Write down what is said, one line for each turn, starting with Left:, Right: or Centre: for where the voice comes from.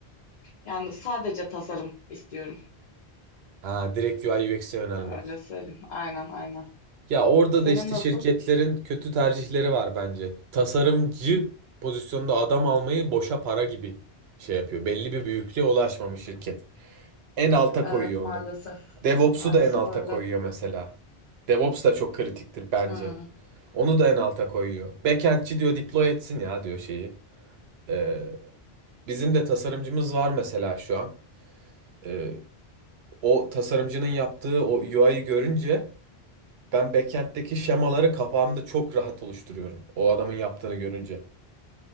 Left: Yani sadece tasarım istiyorum.
Right: Ha direkt UI UX'e yönelmek.
Left: Öyle söyleyeyim. Aynen aynen.
Right: Ya orada
Left: Senin
Right: da işte
Left: nasıl?
Right: şirketlerin kötü tercihleri var bence. Tasarımcı pozisyonda adam almayı boşa para gibi şey yapıyor. Belli bir büyüklüğe ulaşmamış şirket. En alta
Left: Evet
Right: koyuyor
Left: maalesef.
Right: onu. DevOps'u
Left: Maalesef
Right: da en alta
Left: öyle.
Right: koyuyor mesela. DevOps da çok kritiktir bence.
Left: Hmm.
Right: Onu da en alta koyuyor. Backend'çi diyor deploy etsin ya diyor şeyi. Ee, bizim de tasarımcımız var mesela şu an. Ee, o tasarımcının yaptığı o UI'yi görünce ben backend'deki şemaları kafamda çok rahat oluşturuyorum. O adamın yaptığını görünce.